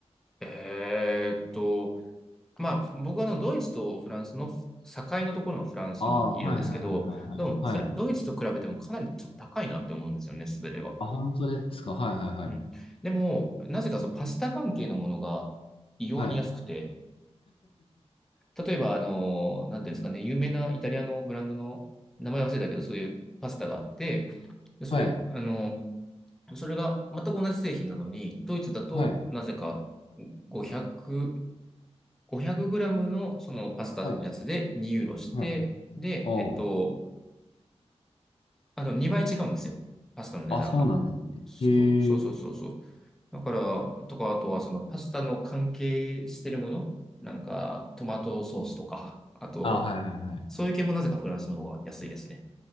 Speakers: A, in the centre; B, on the left.
A: えーっと、まあ僕はあのドイツとフランスの境のところのフランスにいるんですけど、
B: ああ、はいはいはいはいはい。
A: でもフラドイツと比べてもかなりちょっと高いなって思うんですよね、
B: はい。
A: すべてが。
B: あ、本当ですか。はいはいはい。
A: うん。でも、なぜかそのパスタ関係のものが異様に安くて、
B: はい。
A: 例えば、あの、なんていうんですかね、有名なイタリアのブランドの名前忘れたけど、そういうパスタがあって、でそれ、
B: はい。
A: あの、それが全く同じ製品なのに、ドイツだとなぜか
B: はい。
A: 500、5グラムのそのパスタのやつで2ユーロして、
B: はい。はいはいはいはいはい
A: で、
B: おー
A: えっと、あ、でも2倍違うんですよ。パスタの値段が。
B: あ、そうなんですね。
A: そうそうそうそうそう。
B: へえ。
A: だから、とか、あとはそのパスタの関係してるもの、なんかトマトソースとか、あと、
B: あ、はいはいはい。
A: そういう系もなぜかフランスの方が安いですね。